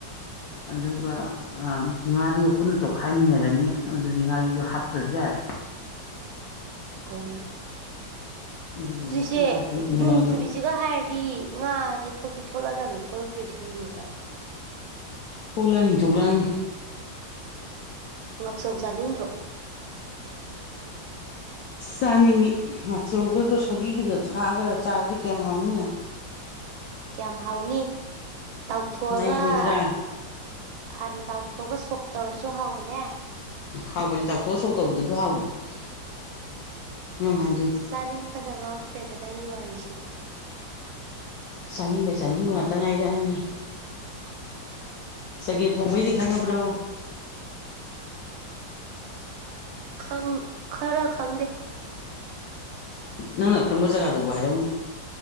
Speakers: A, on the left; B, on the right.
A: ꯑꯗꯨꯒ ꯉꯥꯗꯨꯒ ꯄꯨꯟꯅ ꯇꯣꯠꯈꯥꯏꯃꯤꯟꯅꯔꯅꯤ ꯑꯗꯨꯗꯤ ꯉꯥꯔꯤꯗꯣ ꯍꯥꯞꯇ꯭ꯔꯁꯨ ꯌꯥꯔꯦ
B: ꯑꯣ
A: ꯑꯗꯨꯗꯨꯒ
B: ꯁꯨꯁꯦ
A: ꯂꯥꯗꯨꯗ ꯌꯣꯝꯖꯜꯂꯒ
B: ꯗꯣꯡꯁꯨꯔꯔꯤꯁꯤ
A: ꯑꯗꯨꯝ
B: ꯍꯥꯏꯔꯗꯤ ꯉꯥꯁꯦ ꯊꯣꯛꯇꯤ ꯊꯣꯛꯂꯛꯗꯕꯅꯤ ꯊꯣꯛꯂꯛꯇ꯭ꯔꯤꯁꯤ ꯀꯩꯒꯤ ꯑꯣꯏꯖꯠꯅꯣ꯫
A: ꯊꯣꯛꯂꯥꯡꯅꯤ ꯊ ꯊꯣꯛꯒꯂꯥꯡꯅꯤ
B: ꯉꯥꯛꯆꯧ ꯆꯥꯅꯤꯡꯗ꯭ꯔꯣ
A: ꯑ ꯆꯥꯅꯤꯡꯏꯤ ꯉꯥꯛꯆꯧꯒꯗꯣ ꯁꯧꯒꯤꯒꯗꯣ ꯊꯥꯒ ꯆꯥꯔꯗꯤ ꯀꯌꯥꯝ ꯍꯥꯎꯅꯤꯉ
B: ꯀꯌꯥꯝ ꯍꯥꯎꯅꯤ ꯇꯥꯎꯊꯣꯛꯑꯒ
A: ꯅꯩꯔꯣꯏꯗ꯭ꯔꯥ
B: ꯑ ꯍꯥꯟꯅ ꯇ ꯊꯣꯡ ꯉꯒꯥ ꯁꯨꯞ ꯇꯧꯔꯁꯨ ꯍꯥꯎꯕꯅꯦ꯫
A: ꯍꯥꯎꯕꯅꯤ ꯗꯥꯛꯇꯣꯔ ꯁꯣꯛ ꯇꯧꯕꯗ ꯑꯗꯨ ꯍꯥꯎꯕꯅꯤꯅꯨꯡ ꯍꯥꯏ
B: ꯆꯥꯅꯤꯡꯕꯅ ꯉꯥꯎꯈ꯭ꯔꯦꯗ ꯅꯪꯒꯤ ꯋꯥꯔꯤꯁꯤꯗꯤ
A: ꯆꯥꯅꯤꯡꯕꯩ ꯆꯥꯅꯤꯡꯕ ꯉꯥꯛꯇ ꯉꯥꯏꯔꯛꯑꯅꯤ ꯆꯒꯦꯝ ꯄꯣꯝꯕꯩꯗꯤ ꯈꯪꯉꯕ꯭ꯔꯣ
B: ꯈꯪ ꯈꯔ ꯈꯪꯗꯦ
A: ꯅꯪꯅ ꯈꯪꯕ ꯖꯒꯥꯗꯨꯕꯨ ꯍꯥꯏꯔꯛꯅꯦ <inaudible>